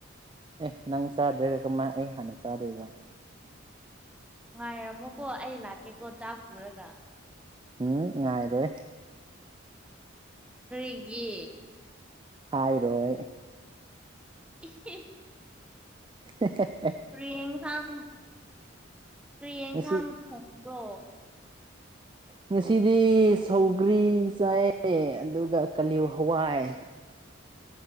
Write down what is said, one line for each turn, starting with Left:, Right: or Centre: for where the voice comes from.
Right: ꯑꯦ ꯅꯪ ꯆꯥꯗ꯭ꯔꯦꯒ ꯀꯃꯥꯏꯅ ꯑꯩ ꯍꯥꯟꯅ ꯆꯥꯗꯣꯏꯕ
Centre: ꯉꯥꯏꯔꯝꯃꯣꯀꯣ ꯑꯩ ꯂꯥꯛꯀꯦꯀꯣ ꯆꯥꯛ ꯄꯨꯔꯒ
Right: ꯎꯝ ꯉꯥꯏꯔꯣꯢ
Centre: ꯀ꯭ꯔꯤꯒꯤ
Right: ꯍꯥꯏꯔꯣꯏ
Centre: ꯏꯍꯦ
Right: ꯑꯦꯍꯦꯍꯦ
Centre: ꯀꯔꯤ ꯑꯤꯟꯁꯥꯡ ꯀ꯭ꯔꯤ ꯏꯟꯁꯥꯡ
Right: ꯉꯁꯤ
Centre: ꯊꯣꯡꯕ꯭ꯔꯣ
Right: ꯉꯁꯤꯗꯤ ꯁꯧꯒ꯭ꯔꯤ ꯆꯥꯏꯌꯦ ꯑꯗꯨꯒ ꯀꯥꯂꯤ ꯍꯋꯥꯏ